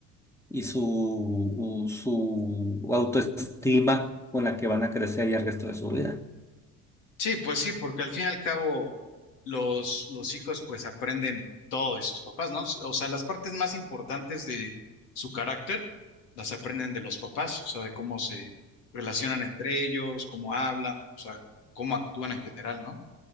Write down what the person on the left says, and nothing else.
Sí, pues sí, porque al fin y al cabo los, los hijos pues aprenden todo de sus papás, ¿no? O sea, las partes más importantes de su carácter las aprenden de los papás, o sea, de cómo se relacionan entre ellos, cómo hablan, o sea, cómo actúan en general, ¿no?